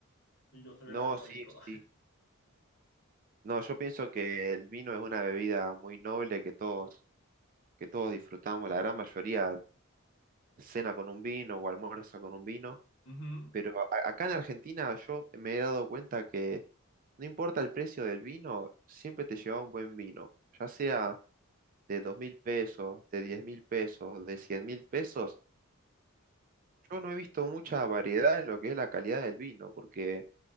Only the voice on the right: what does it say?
No,
sí, sí. No, yo pienso que el vino es una bebida muy noble que todos, que todos disfrutamos. La gran mayoría cena con un vino o almuerza con un vino.
Pero a- acá en Argentina yo me he dado cuenta que no importa el precio del vino, siempre te llevaba un buen vino, ya sea de dos mil pesos, de diez mil pesos, de cien mil pesos. Yo no he visto mucha variedad en lo que es la calidad del vino, porque